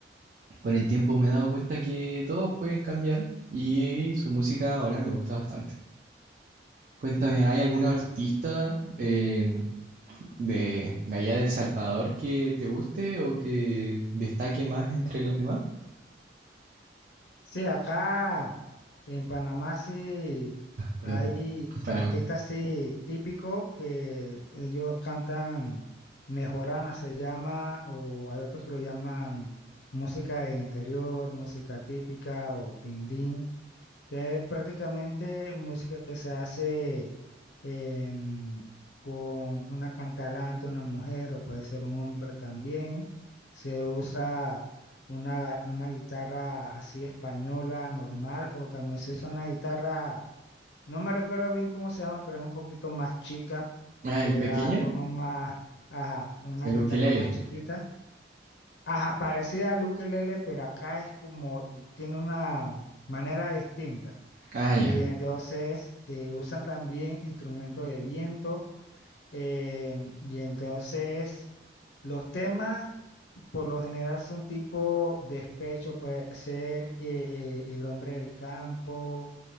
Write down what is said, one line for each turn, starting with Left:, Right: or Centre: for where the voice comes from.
Right: Con el tiempo me he dado cuenta que todos pueden cambiar y su música ahora me gusta bastante. Cuéntame, ¿hay algún artista eh, de, de allá del Salvador que te guste o que destaque más entre los demás?
Left: Sí, acá. En Panamá sí
Right: Perdón,
Left: hay
Right: <laughs>
Left: artistas
Right: Panamá.
Left: sí típicos que ellos cantan mejorana se llama, o hay otros que lo llaman música de interior, música típica o pindín que es prácticamente música que se hace em, con una cantalante, una mujer o puede ser un hombre también. Se usa una, una guitarra así española, normal, o también se usa una guitarra, no me recuerdo bien cómo se llama, pero es un poquito más chica,
Right: Ah,
Left: que
Right: el pequeño,
Left: da tonos más, ajá, una
Right: el
Left: guitarra
Right: ukelele.
Left: más chiquita. Ajá, parecida al ukelele, pero acá es como, tiene una manera distinta.
Right: Ah, ya,
Left: Y entonces eh, usan también instrumentos de viento. em, y entonces los temas por lo general son tipo despecho, puede ser que el hombre del campo,